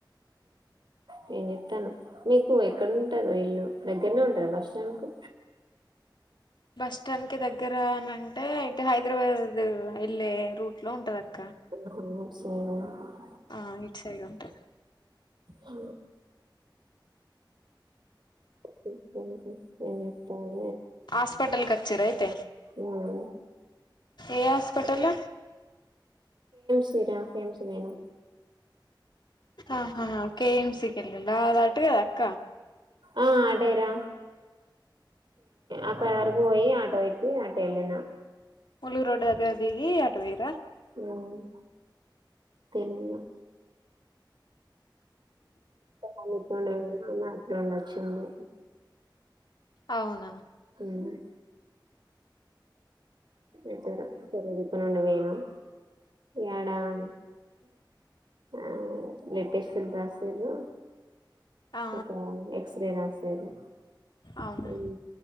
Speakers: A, on the right (about 70°); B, on the left (about 65°).
A: నేను చెప్తాను మీకు ఎక్కడ ఉంటారు ఇల్లు దగ్గరనే ఉంటందా బస్ స్టాండ్ కు
B: బస్ స్టాండ్ కి దగ్గర అని అంటే అయితే హైదరాబాద్ వెళ్ళే రూట్ లో ఉంటంది అక్క
A: ఆహా <unintelligible>
B: ఆ ఇటు సైడ్ ఉంటది
A: ఆ <unintelligible>
B: హాస్పిటల్ కచ్చిరా అయితే
A: ఉమ్
B: ఏ హాస్పిటల్
A: <unintelligible> కెంస్మను
B: ఆహా కెఎంసి కెల్లింద్ర అటుగాదా అక్క
A: ఆ అధేయ్ రా అక్కడ వరకు పోయి ఆటో ఎక్కి అట వెళ్ళిన
B: ముళ్ళు రోడ్డు దగ్గర దిగి ఆటు పోయిరా
A: ఉమ్ తెలిలా వాను ఇట్ నుండి పోయినా ఆమె అట్ నుండి వచ్చింది
B: అవునా
A: ఉమ్ ఇద్దరు చెర్ దిక్కు నుండి పోయినారు ఏడా ఆ బ్లాడ్ లేటెస్ట్ రాశిర్రు
B: ఆ
A: ఒక ఎక్స్ సరే రాశారు
B: అవునా
A: ఉమ్